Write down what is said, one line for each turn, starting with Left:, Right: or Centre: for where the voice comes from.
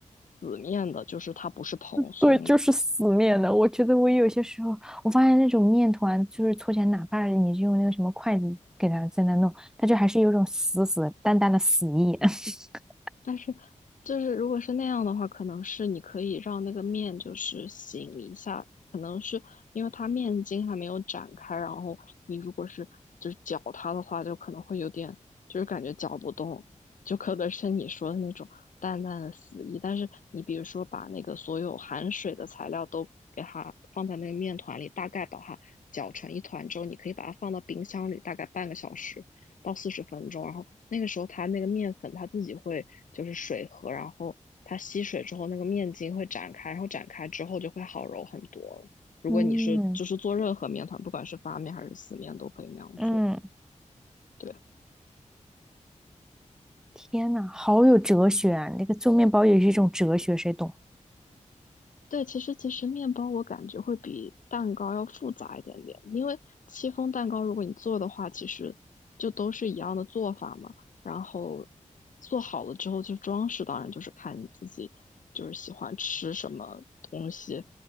Left: 死面的，就是它不是蓬松的。
Centre: 对，就是死面的。我觉得我有些时候，我发现那种面团，就是搓起来，哪怕你是用那个什么筷子给它在那弄，它就还是有种死死淡淡的死意。<laughs>
Left: 但是，就是如果是那样的话，可能是你可以让那个面就是醒一下，可能是因为它面筋还没有展开，然后你如果是就是搅它的话，就可能会有点就是感觉搅不动，就可能是你说的那种淡淡的死意。但是你比如说把那个所有含水的材料都给它放在那个面团里，大概把它搅成一团之后，你可以把它放到冰箱里大概半个小时。到四十分钟，然后那个时候它那个面粉它自己会就是水和，然后它吸水之后那个面筋会展开，然后展开之后就会好揉很多了。如果你是就是做任何面团，
Centre: 嗯
Left: 不管是发面还是死面，都可以那样做。
Centre: 嗯，
Left: 对，
Centre: 天呐，好有哲学啊！那个做面包也是一种哲学，谁懂？
Left: 对，其实其实面包我感觉会比蛋糕要复杂一点点，因为戚风蛋糕如果你做的话，其实就都是一样的做法嘛。然后做好了之后，就装饰当然就是看你自己就是喜欢吃什么东西，